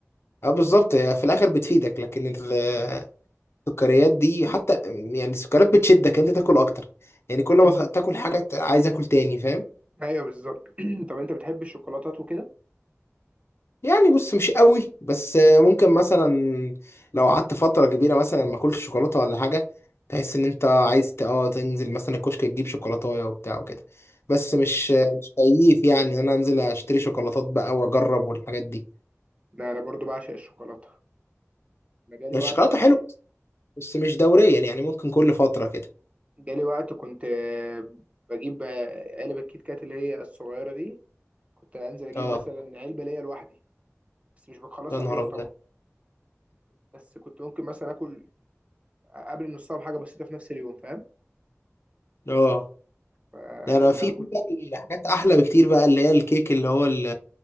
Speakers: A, on the left; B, on the right.
A: اه بالظبط هي في الاخر بتفيدك لكن ال-
B: امم
A: السكريات دي حتى يعني السكريات بتشدك انت تاكل اكتر يعني كل ما
B: انت
A: تاكل حاجه عايز اكل تاني فاهم
B: ايوه بالظبط <clears throat> طب انت بتحب الشوكولاتات وكده
A: يعني بص مش قوي بس ممكن مثلا لو قعدت فترة كبيرة مثلا ما اكلتش شوكولاتة ولا حاجة تحس ان انت عايز ت- اه تنزل مثلا الكشك تجيب شوكولاتاية وبتاع وكده بس مش مش كيف يعني ان انا انزل اشتري شوكولاتات بقى واجرب والحاجات دي
B: لا انا برضو بعشق الشوكولاته انا جالي
A: يعني
B: وقت
A: الشوكولاتة
B: اصلا
A: حلوة بس مش دوريا يعني ممكن كل فترة كده
B: جالي وقت كنت آه، بجيب آه، علب الكيت كات اللي هي الصغيره دي كنت انزل اجيب
A: اه
B: مثلا علبه ليا لوحدي بس مش بخلصها
A: يا نهار
B: في يوم
A: ابيض
B: طبعا بس كنت ممكن مثلا اكل قبل نصها بحاجه بسيطه في نفس اليوم فاهم
A: اه
B: آه،
A: لا انا
B: لا
A: في في
B: كنت
A: بقى حاجات احلى بكتير بقى اللي هي الكيك اللي هو ال-